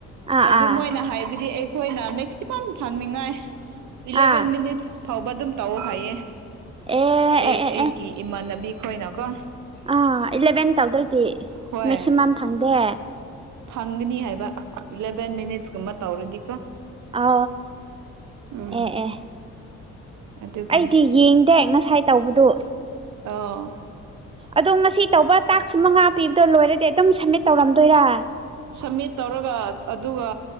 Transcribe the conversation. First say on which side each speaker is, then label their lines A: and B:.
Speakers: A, on the right (about 20°); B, on the right (about 75°).
A: ꯑꯥ
B: ꯑꯗꯨ
A: ꯑꯥ
B: ꯃꯣꯏꯅ ꯍꯥꯏꯕꯗꯤ ꯑꯩ ꯍꯣꯏꯅ ꯃꯦꯛꯁꯤꯃꯝ ꯊꯥꯡꯅꯤꯡꯉꯥꯏ ꯏꯂꯕꯦꯟ
A: ꯑꯥ
B: ꯃꯤꯅꯤꯠꯁ ꯐꯕ ꯑꯗꯨꯝ ꯇꯧꯑꯣ ꯍꯥꯏꯌꯦ
A: ꯑꯦ
B: ꯑꯩ
A: ꯑꯦ ꯑꯦ
B: ꯑꯩꯒꯤ
A: ꯑꯦ
B: ꯏꯃꯥꯟꯅꯕꯤ ꯍꯣꯏꯅ ꯀꯣ
A: ꯑꯥ ꯏꯂꯚꯦꯟ ꯇꯧꯗ꯭ꯔꯗꯤ
B: ꯍꯣꯏ
A: ꯃꯦꯛꯁꯤꯃꯝ ꯐꯪꯗꯦ
B: ꯐꯪꯒꯅꯤ ꯍꯥꯏꯕ ꯏꯂꯕꯟ ꯃꯅꯤꯠꯁ ꯃ ꯇꯧꯔꯗꯤ
A: ꯑ
B: ꯎꯝ
A: ꯑꯦ ꯑꯦ
B: ꯑꯗꯨꯒꯤꯅꯤ
A: ꯑꯩꯗꯤ ꯌꯦꯡꯗꯦ ꯉ ꯁꯥꯏ ꯇꯧꯕꯗꯣ
B: ꯑꫭ
A: ꯑꯗꯣ ꯉꯁꯤ ꯇꯧꯕ ꯇꯥꯛꯁ ꯃꯉꯥ ꯄꯤꯕꯗꯣ ꯂꯣꯏꯔꯗꯤ ꯑꯗꯨꯝ ꯁꯝꯃꯤꯠ ꯇꯧꯔꯝꯗꯣꯏꯔꯥ
B: ꯁꯝꯃꯤꯠ ꯇꯧꯔꯒ ꯑꯗꯨꯒ